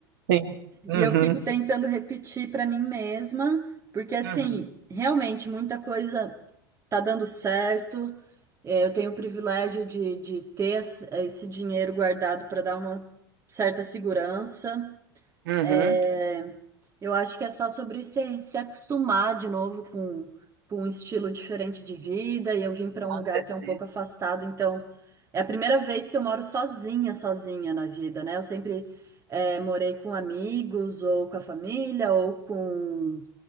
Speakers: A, on the right (about 60°); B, on the right (about 25°).
A: Sim. Uhum.
B: E eu fico tentando repetir pra mim mesma, porque assim,
A: Uhum.
B: realmente muita coisa tá dando certo. É, eu tenho o privilégio de, de ter esse esse dinheiro guardado pra dar uma certa segurança.
A: Uhum.
B: É, Eu acho que é só sobre se, se acostumar de novo com, com um estilo diferente de vida. E eu vim para um
A: Com
B: lugar
A: certeza.
B: que é um pouco afastado, então é a primeira vez que eu moro sozinha, sozinha na vida, né? Eu sempre eh, morei com amigos, ou com a família, ou com,